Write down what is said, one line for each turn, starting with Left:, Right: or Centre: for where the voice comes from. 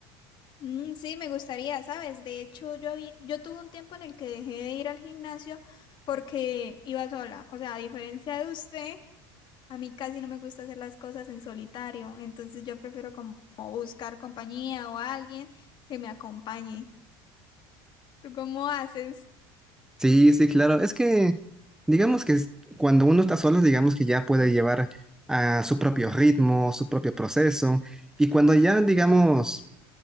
Left: Mm, sí, me gustaría, ¿sabes? De hecho, yo había, yo tuve un tiempo en el que dejé de ir al gimnasio porque iba sola. O sea, a diferencia de usted, a mí casi no me gusta hacer las cosas en solitario. Entonces yo prefiero como buscar compañía o alguien que me acompañe. ¿Tú cómo haces?
Centre: Sí, sí, claro. Es que, digamos que es- cuando uno está solo, digamos que ya puede llevar a su propio ritmo, su propio proceso. Y cuando ya, digamos,